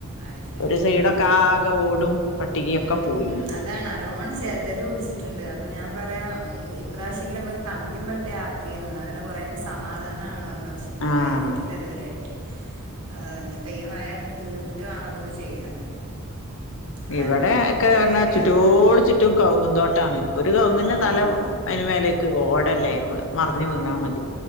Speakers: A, on the right; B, on the left.
A: അയ് ശെരി
B: ഒരു
A: ഉം
B: സൈഡൊക്കെ
A: ഉം ഉം
B: ആകെ ഓടും പട്ടികയൊക്കെ
A: ഉം
B: പോയിണ്
A: ഉം അതാണ് നല്ലോണ ചെതല് പിടിച്ചി ട്ട്ണ്ട് അപ്പൊ ഞാൻ പറയാം ഉം ഉം ഇ പ്രാവശ്യെങ്കിലും അമ്മക്ക് കമ്പിം പട്ടാക്കേന്നു എന്നാ പിന്നെ കൊറെ ക്കെ സമാധാനാണർഞ്ഞു പക്ഷ്
B: ആഹ്
A: <unintelligible> കഴിഞ്ഞിട്ട്ല്ല ഇത് വരെ യായ്ട്ട് ഏഹ് ഇഞ്‌പ്പോ ഈ മയൊക്കെ തീർന്ന് ട്ട് വാണം അതൊന്ന് ചെയ്യാന് കാരണം
B: ഇവടെ
A: ഭയങ്കര
B: ഒക്കെ
A: പേടിയാ
B: ർഞ്ഞാ ചുറ്റോട് ചുറ്റും കവ്ങ്ങും തോട്ടാണ് ഒരു കവ്ങ്ങി
A: ആഹ്
B: ൻ്റെ തല അയ്ൻ്റ് മേലേക്ക് ഓടല്ലേ <unintelligible>
A: ആഹ്
B: വീണാ മതി